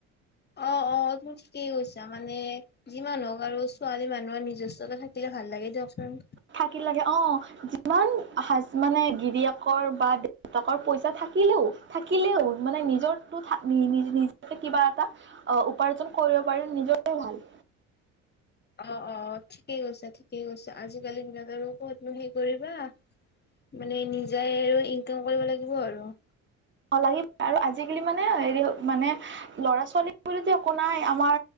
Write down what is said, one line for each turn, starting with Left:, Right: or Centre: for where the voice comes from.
Left: অ অ তোৰ ঠিকেই কৈছা মানে যিমানুহক আৰু ছোৱালী মানুহৰ নিজস্বতা থাকিলে ভাল লাগে দিয়কচোন।
Right: থাকি লাগে অ যিমান হাজ মানে গিৰিয়েকৰ বা দেউতাকৰ পইচা থাকে থাকিলেও থাকিলেও মানে নিজৰটো নি নিজ নিজ কিবা এটা উপাৰ্জন কৰিব পাৰি নিজৰে ভাল।
Left: অ অ ঠিকেই কৈছা ঠিকেই কৈছা আজিকালি দিনত নো আৰু কতনো হেৰি কৰিবা মানে নিজাই আৰু ইনকাম কৰিব লাগিব আৰু।
Right: অ লাগিব আৰু আজিকালি মানে হেৰি মানে ল'ৰা ছোৱালী বুলিটো একো নাই আমাৰ